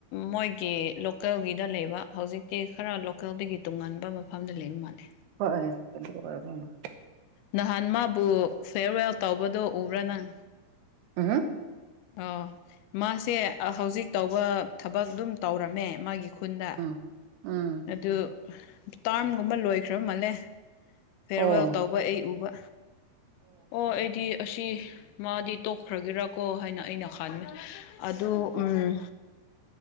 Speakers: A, on the left; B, on the right.
A: ꯃꯣꯏꯒꯤ ꯂꯣꯀꯦꯜꯒꯤꯗ ꯂꯩꯕ ꯍꯧꯖꯤꯛꯇꯤ ꯈꯔ ꯂꯣꯀꯦꯜꯗꯒꯤ ꯇꯣꯉꯥꯟꯕ ꯃꯐꯝꯗ ꯂꯩꯕ ꯃꯥꯜꯂꯦ
B: ꯍꯣꯏ ꯑꯗꯨ ꯑꯣꯏꯕ ꯃꯥꯜꯂꯦ
A: ꯅꯍꯥꯟ ꯃꯥꯕꯨ ꯐꯦꯔꯋꯦꯜ ꯇꯧꯕꯗꯣ ꯎꯕ꯭ꯔꯥ ꯅꯪ
B: ꯑꯍ <unintelligible>
A: ꯑ ꯃꯥꯁꯦ ꯍꯧꯖꯤꯛ ꯇꯧꯕ ꯊꯕꯛ ꯑꯗꯨꯝ ꯇꯧꯔꯝꯃꯦ ꯃꯥꯒꯤ ꯈꯨꯟꯗ
B: ꯎꯝ ꯎꯝ
A: ꯑꯗꯨ ꯇꯥꯔꯝꯒꯨꯝꯕ ꯂꯣꯏꯈ꯭ꯔꯕ ꯃꯥꯜꯂꯦ ꯐꯦꯔꯋꯦꯜ
B: ꯑꯣ
A: ꯇꯧꯕ ꯑꯩ ꯎꯕ ꯑꯣ ꯑꯩꯗꯤ ꯑꯁꯤ ꯃꯥꯗꯤ ꯇꯣꯛꯈ꯭ꯔꯒꯦꯔꯥꯀꯣ ꯍꯥꯏꯅ ꯑꯩꯅ ꯈꯜꯂꯦ ꯑꯗꯨ ꯎꯝ